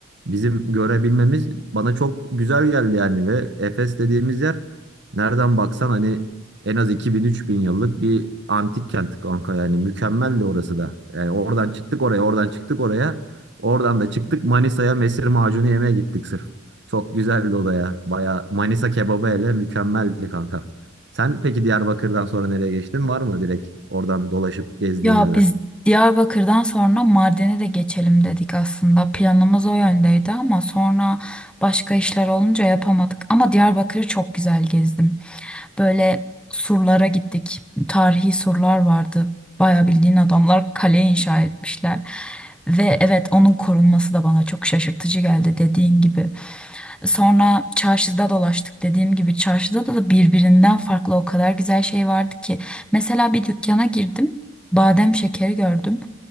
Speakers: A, on the right (about 60°); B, in the centre.
A: bizim görebilmemiz bana çok güzel geldi yani ve Efes dediğimiz yer nereden baksan hani en az 2000-3000 yıllık bir antik kent kanka yani mükemmeldi orası da. Yani oradan çıktık oraya, oradan çıktık oraya. Oradan da çıktık Manisa'ya mesir macunu yemeye gittik sırf. Çok güzeldi o da ya. Baya Manisa kebabı hele mükemmeldi kanka. Sen peki Diyarbakır'dan sonra nereye geçtin? Var mı direkt oradan dolaşıp gezdiğin
B: Ya
A: yerler?
B: biz Diyarbakır'dan sonra Mardin'e de geçelim dedik aslında. Planımız o yöndeydi ama sonra başka işler olunca yapamadık. Ama Diyarbakır'ı çok güzel gezdim. Böyle surlara gittik. Tarihi surlar vardı. Bayağı bildiğin adamlar kale inşa etmişler. Ve evet onun korunması da bana çok şaşırtıcı geldi dediğin gibi. Sonra çarşıda dolaştık. Dediğim gibi çarşıda da birbirinden farklı o kadar güzel şey vardı ki. Mesela bir dükkana girdim. Badem şekeri gördüm.